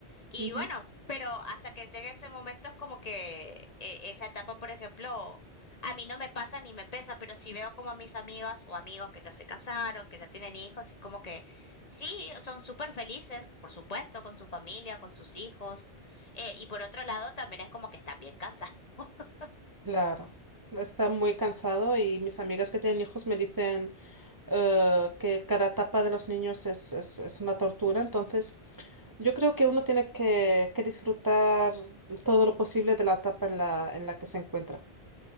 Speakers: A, on the left; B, on the right.
A: Y
B: Ujú.
A: bueno, pero hasta que llegue ese momento es como que eh, esa etapa, por ejemplo, a mí no me pasa ni me pesa, pero si veo como a mis amigas o amigos que ya se casaron, que ya tienen hijos, es como que sí, son súper felices, por supuesto, con su familia, con sus hijos. Eh, y por otro lado, también es como que están bien cansados. <laughs>
B: Claro, está muy cansado y mis amigas que tienen hijos me dicen eh, que cada etapa de los niños es, es- es una tortura, entonces yo creo que uno tiene que, que disfrutar todo lo posible de la etapa en la, en la que se encuentra.